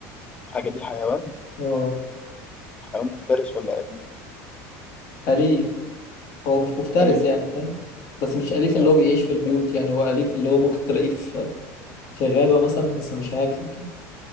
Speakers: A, on the left (about 15°); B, on the left (about 45°).
A: الحاجه دي حيوان
B: هو
A: حيوان مفترس ولا اليف
B: أليف هو مش مفترس
A: اليف
B: يعني فاهم بس مش أليف
A: آه،
B: اللي هو بيعيش في البيوت يعني هو أليف اللي هو ممكن تلاقيه في في غابة مثلا بس مش هياكلك يعني.